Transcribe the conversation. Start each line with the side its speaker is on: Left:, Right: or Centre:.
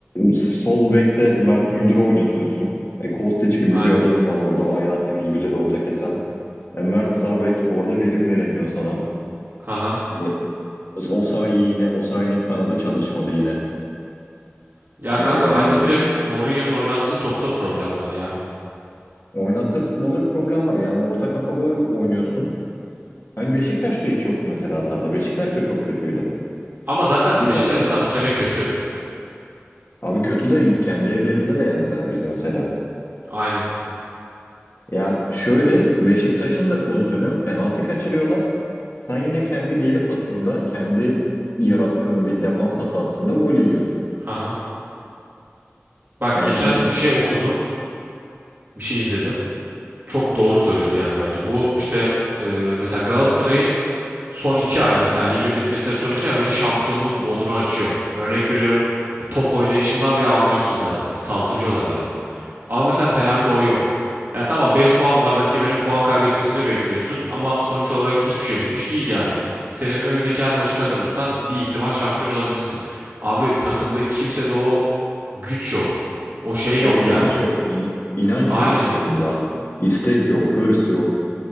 Left: sol bekte Mert Müldür'ü oynatıyorsun. E, Kostić gibi
Right: aynen.
Left: bir adamın var orada. Ayağı temiz, güzel orta kesen. E, Mert sağ bek orada verim veremiyor sana.
Right: Haha.
Left: E, Osayi yine, Osayi'nin kanadı çalışmadı yine.
Right: Ya
Left: E,
Right: kanka bence direkt Mourinho'nun oynattığı topta problem var ya.
Left: oynattığı futbolda bir problem var. Yani orta kafa gol oynuyorsun. Hani Beşiktaş'ta hiç yoktu mesela sahada. Beşiktaş da çok kötüydü.
Right: Ama zaten
Left: Bir tane
Right: Beşiktaş zaten bu sene kötü.
Left: abi kötü de kendi evlerinde de yendiler biz mesela.
Right: Aynen.
Left: Ya şöyle Beşiktaş'ın da pozisyonu yok. Penaltı kaçırıyorlar. Sen yine kendi geri pasında, kendi yarattığın bir defans hatasında gol yiyorsun.
Right: Haha. Bak
Left: Yani
Right: geçen bir şey okudum. Bir şey izledim. çok doğru söylüyordu yani bence. Bu işte e, mesela Galatasaray'ın son iki ay mesela ligin bitmesine son iki ay böyle şampiyonluk modunu açıyor. Örnek veriyorum top oynayışından bile anlıyorsun zaten. Saldırıyorlar yani. Ama mesela Fener'de o yok. Yani tamam 5 puan var rakibinin puan kaybetmesini bekliyorsun ama sonuç olarak hiçbir şey bitmiş değil yani. Senin önündeki her maçı kazanırsan bir ihtimal şampiyon olabilirsin. Abi takımda kimsede o güç yok. O şey yok
Left: ya inanç
Right: yani.
Left: yok. İn, inanç
Right: Aynen.
Left: yok takımda. İstek yok, hırs yok.